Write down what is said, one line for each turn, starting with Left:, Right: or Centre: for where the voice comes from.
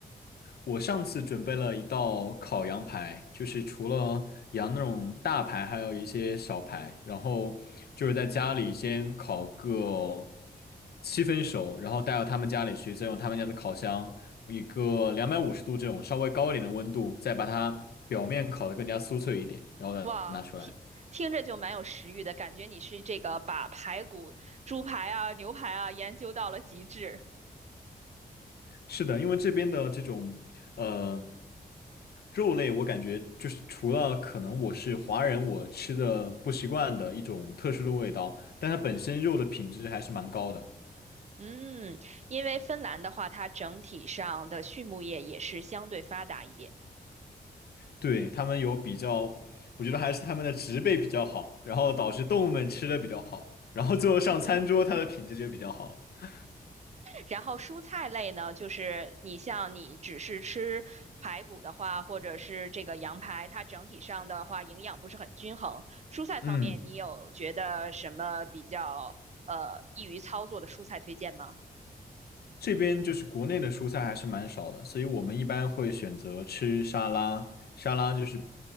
Left: 我上次准备了一道烤羊排，就是除了羊那种大排，还有一些小排，然后就是在家里先烤个七分熟，然后带到他们家里去，再用他们家的烤箱，一个两百五十度这种稍微高一点的温度，再把它表面烤得更加酥脆一点，然后再拿出来。
Right: 哇，听听着就蛮有食欲的，感觉你是这个把排骨、猪排啊、牛排啊研究到了极致。
Left: 是的，因为这边的这种呃肉类，我感觉就是除了可能我是华人，我吃的不习惯的一种特殊的味道，但它本身肉的品质还是蛮高的。
Right: 嗯，因为芬兰的话，它整体上的畜牧业也是相对发达一点。
Left: 对，他们有比较，我觉得还是他们的植被比较好，然后导致动物们吃的比较好，然后最后上餐桌它的品质就比较好了。
Right: 然后蔬菜类呢，就是你像你只是吃排骨的话，或者是这个羊排，它整体上的话营养不是很均衡。蔬菜方面，
Left: 嗯。
Right: 你有觉得什么比较呃易于操作的蔬菜推荐吗？
Left: 这边就是国内的蔬菜还是蛮少的，所以我们一般会选择吃沙拉。沙拉就是